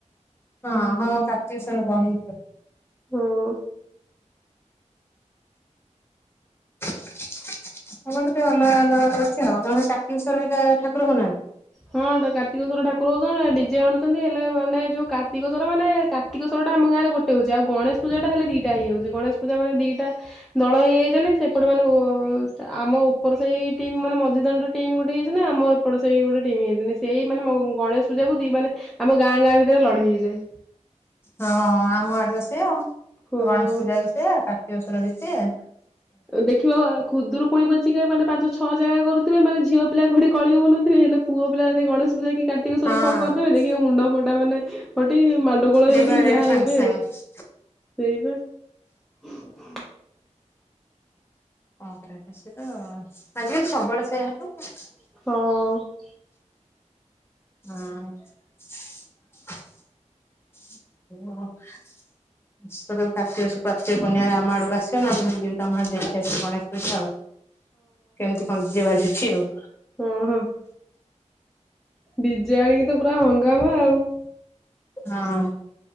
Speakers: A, on the left (about 20°); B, in the centre.
A: ହଁ ହଁ କାର୍ତ୍ତିକେଶ୍ଵର ବହି
B: ହଁ।
A: ଆମର ଟିକେ ଅଲଗା ଅଲଗା ରହୁଛି ଆଉ ଜଣେ କାରର୍ତ୍ତିକେଶ୍ଵର ଏରିକା ଠାକୁରଙ୍କ ନାଁରେ।
B: ହଁ ସେଟା କାର୍ତ୍ତିକେଶ୍ବର ଠାକୁର ହଉଛନ୍ତି ଡିଜେ ଆଣୁଛନ୍ତି ହେଲେ ମାନେ ଯୋଉ କାର୍ତ୍ତିକଶ୍ଵର ମାନେ କାର୍ତ୍ତିକଶ୍ଵରଟା ଆମ ଗାଁରେ ଗୋଟେ ହଉଛି। ଆଉ ଗଣେଶ ପୂଜା ହେଲେ ଦିଟା ହେଇଯାଉଛି, ଗଣେଶ ପୂଜା ମାନେ ଦିଟା ଦଳ ହେଇଯାଇଛନ୍ତି ସେପଟେ ମାନେ ଆମ ଉପର ସେହି ଟିମ୍ ମାନେ ମଝିଦାଣ୍ଡର ଟିମ୍ ଗୋଟେ ହେଇଛନ୍ତି ଆମ ପଟ ସାହି ଗୋଟେ ଟିମ୍ ହେଇଯାଇଛନ୍ତି ସେଇ ମାନେ ମ ଗଣେଶ ପୂଜାକୁ ଦି ମାନେ ଆମ ଗାଁ ଗାଁ ଭିତରେ ଲଢେଇ ହେଇଯାଏ।
A: ହଁ ଆମ ଆଡରେ ସେଆ
B: ହଁ
A: ଗଣେଶ ପୂଜା ବି ସେଆ କାର୍ତ୍ତିକଶ୍ୱର ବି ସେଆ।
B: ଦେଖିବ ଖୁଦୁରୁକୁଣୀ ପଛିିକେ ମାନେ ପାଞ୍ଚ ଛଅ ଜାଗା କରୁଥିବେ ମାନେ ଝିଅ ପିଲା କୋଉଠି କଳି ହଉନ ହେଲେ ପୁଅ ପିଲା ଯଦି ଗଣେଶ ପୂଜା କି କାର୍ତ୍ତିକଶ୍ଵର
A: ହଁ
B: ଙ୍କ କରିଦେବେ ଦେଖିବ ମୁଣ୍ଡ ଫଟା ମାନେ ଫଟେଇକି ମାଡ ଗୋଳ
A: ଡିଭାଇଡେଡ୍
B: ହେଇକିନି ଯାହା
A: ସାଙ୍ଗେ
B: ହେବେ
A: ସାଙ୍ଗେ
B: ସେଇବା। <inaudible>
A: ଆଜିକାଲି ସବୁଆଡ଼େ ସେୟା ହେଲା।
B: ହଁ।
A: ହଁ। କେବେହେଲେ କାର୍ତ୍ତିକ କାର୍ତ୍ତିକ ପୂର୍ଣ୍ଣିମା ରେ ଆମ ଆଡ଼ କୁ ଆସିବ ଯିବି ତମ ଆଡେ ଦେଖି ଆସିବି ଗଣେଶ ପୂଜା ଆଉ, କେମିତି କଣ ଯିବା ଛି ଆଉ?
B: ଓହୋ ଡିଜେ ଆଣିକି ତ ପୁରା ହଙ୍ଗାମା ଆଉ।
A: ହଁ।